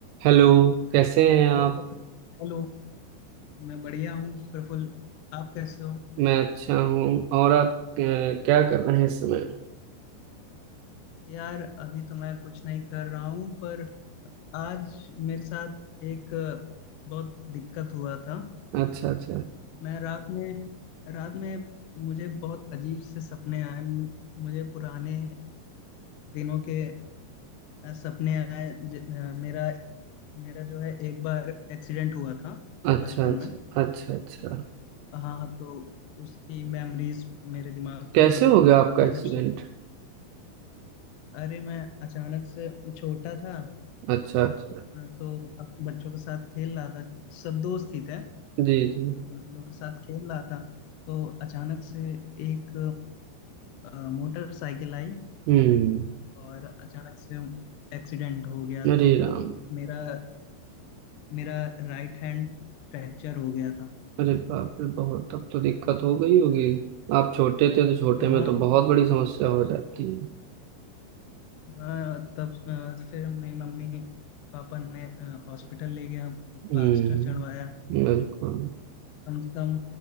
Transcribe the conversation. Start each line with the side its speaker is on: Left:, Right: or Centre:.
Right: हेलो कैसे हैं आप
Left: और हेलो मैं बढ़िया हूँ प्रफुल्ल आप कैसे हो
Right: मैं अच्छा हूँ और आप अ, क्या कर रहे हैं इस समय
Left: यार अभी तो मैं कुछ नहीं कर रहा हूँ पर आज मेरे साथ एक अ, बहुत दिक्कत हुआ था
Right: अच्छा अच्छा
Left: मैं रात में रात में मुझे बहुत अजीब से सपने आए मु- मुझे पुराने दिनों के अ, सपने आए ज, अ, मेरा मेरा जो है एक बार एक्सीडेंट हुआ था
Right: अच्छा
Left: बचपन
Right: अच्छा
Left: में
Right: अच्छा अच्छा
Left: हाँ तो उसकी मेमोरीज मेरे दिमाग
Right: कैसे
Left: मतलब
Right: हो गया आपका
Left: मैं
Right: एक्सीडेंट
Left: जब सो अरे मैं अचानक से छोटा था
Right: अच्छा अच्छा
Left: हाँ, तो अब बच्चों के साथ खेल रहा था सब दोस्त ही थे
Right: जी जी
Left: तो उन लोगों के साथ खेल रहा था तो अचानक से एक अ, मोटरसाइकिल आई
Right: हम्म
Left: और अचानक से एक्सीडेंट हो गया
Right: अरे
Left: तो
Right: राम
Left: मेरा मेरा राइट हैंड फ्रैक्चर हो गया था
Right: अरे बाप रे बहुत तब तो दिक्कत हो गई होगी आप छोटे थे तो छोटे
Left: हाँ
Right: में तो बहुत बड़ी समस्या हो जाती है
Left: हाँ तब अ, फिर मेरी मम्मी पापा ने हॉस्पिटल ले गया प्लास्टर
Right: हम्म
Left: चढ़वाया
Right: बिल्कुल
Left: कम से कम